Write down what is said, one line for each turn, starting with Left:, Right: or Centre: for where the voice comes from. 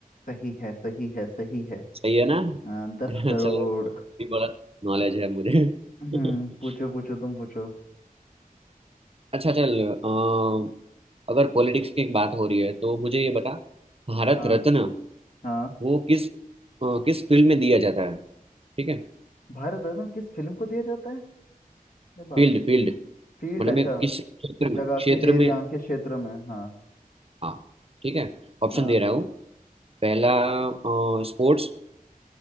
Left: सही है सही है सही है
Right: सही है ना <laughs>
Left: हाँ, दस करोड़
Right: चलो भी बहुत नॉलेज है मुझे
Left: हम्म
Right: <laughs>
Left: पूछो पूछो तुम पूछो
Right: अच्छा चल अम, अगर पॉलिटिक्स की एक बात हो रही है तो मुझे ये बता भारत
Left: हाँ
Right: रत्न
Left: हाँ
Right: वो किस अ, किस फील्ड में दिया जाता है ठीक है
Left: भारत रत्न किस फिल्म को दिया जाता है अरे बाप
Right: Field
Left: रे
Right: field
Left: फील्ड
Right: मतलब
Left: अच्छा
Right: मैं किस क्षेत्र में
Left: जगह
Right: क्षेत्र
Left: किस
Right: में
Left: एरिया किस क्षेत्र में हाँ
Right: हाँ ठीक है ऑप्शन
Left: हाँ
Right: दे रहा हूँ पहला स्पोर्ट्स